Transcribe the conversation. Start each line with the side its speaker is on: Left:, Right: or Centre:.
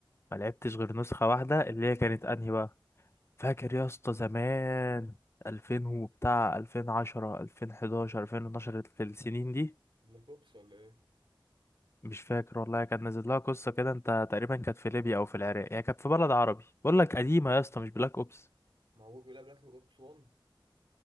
Left: ما لعبتش غير نسخه واحده اللي هي كانت انهي بقى فاكر يا اسطى زمان 2000 وبتاع 2010 2011 2012 السنين دي
Right: بلاك أوبس ولا إيه؟
Left: مش فاكر والله كان نازل لها قصه كده انت تقريبا كانت في ليبيا او في العراق هي كانت في بلد عربي بقول لك قديمه يا اسطى مش بلاك اوبس
Right: ما هو بيقول بلاك أوبس 1